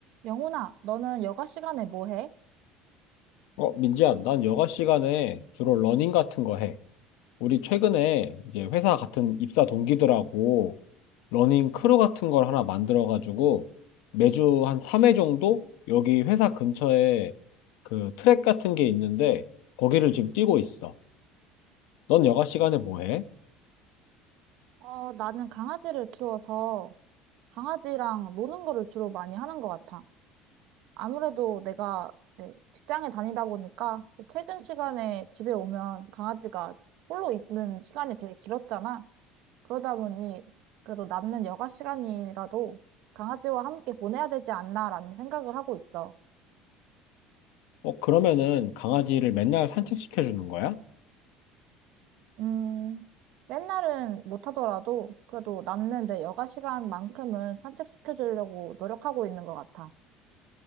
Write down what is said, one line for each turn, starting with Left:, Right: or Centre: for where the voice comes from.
Right: 영훈아, 너는 여가 시간에 뭐 해?
Left: 어, 민지야, 난 여가 시간에 주로 러닝 같은 거 해. 우리 최근에 이제 회사 같은 입사 동기들하고 러닝 크루 같은 걸 하나 만들어가지고 매주 한 3회 정도 여기 회사 근처에 그 트랙 같은 게 있는데 거기를 지금 뛰고 있어. 넌 여가 시간에 뭐 해?
Right: 어, 나는 강아지를 키워서 강아지랑 노는 거를 주로 많이 하는 것 같아. 아무래도 내가 이제 직장에 다니다 보니까 퇴근 시간에 집에 오면 강아지가 홀로 있는 시간이 되게 길었잖아. 그러다 보니 그래도 남는 여가 시간이라도 강아지와 함께 보내야 되지 않나라는 생각을 하고 있어.
Left: 어, 그러면은 강아지를 맨날 산책시켜 주는 거야?
Right: 음, 맨날은 못하더라도 그래도 남는 내 여가 시간만큼은 산책시켜주려고 노력하고 있는 것 같아.